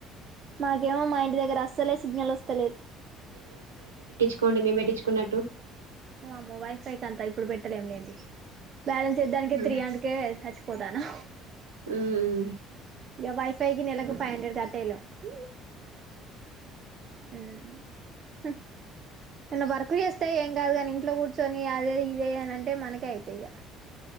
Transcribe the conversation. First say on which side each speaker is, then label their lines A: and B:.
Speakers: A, on the right (about 40°); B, on the right (about 75°).
A: మ క ఏమో మా ఇంటి దగ్గర అస్సలే సిగ్నల్ వస్తలేదు
B: కోండి మేము పెట్టించుకున్నట్టు
A: అమ్మ వైఫై క అంతా ఇప్పుడు పెట్టలేం లేండి బ్యాలెన్స్ చేద్దానినికి
B: మ్మ్.
A: త్రీ హండడ్కే చచ్చిపోతానా
B: మ్మ్.
A: ఇక వైఫై కి నెలకు ఫైవ్ హండ్రెడ్ కట్టేలాన్న వర్క్ చేస్తే ఏం కాదు కాని ఇంట్లో కూర్చ కొన్ని అదే ఇదే అని అంటే మనకే అయితే ఇగ